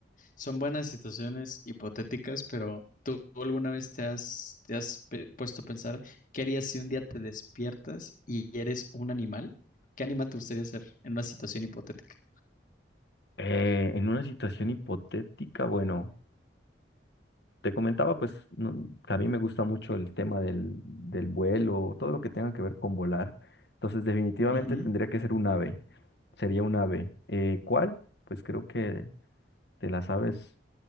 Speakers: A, on the left (about 45°); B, on the left (about 65°).
A: Son buenas situaciones hipotéticas, pero ¿tú alguna vez te has, te has pe- puesto a pensar qué harías si un día te despiertas y eres un animal? ¿Qué animal te gustaría ser en una situación hipotética?
B: Eh, en una situación hipotética, bueno. Te comentaba, pues, no- que a mí me gusta mucho el tema del, del vuelo, todo lo que tenga que ver con volar. Entonces, definitivamente
A: Ujú.
B: tendría que ser un ave. Sería un ave. Eh, ¿cuál? Pues creo que de las aves